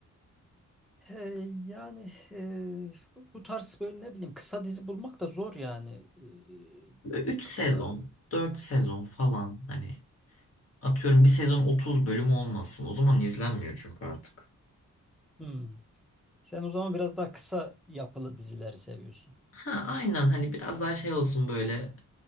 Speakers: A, in the centre; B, on the left (about 50°).
A: Ee, yani e, bu tarz böyle ne bileyim kısa dizi bulmak da zor yani. Ee,
B: 3 sezon,
A: kısa.
B: 4 sezon falan hani Atıyorum bir sezon 30 bölüm olmasın. O zaman izlenmiyor çünkü artık.
A: Hmm. Sen o zaman biraz daha kısa yapılı dizileri seviyorsun.
B: Ha aynen hani biraz daha şey olsun böyle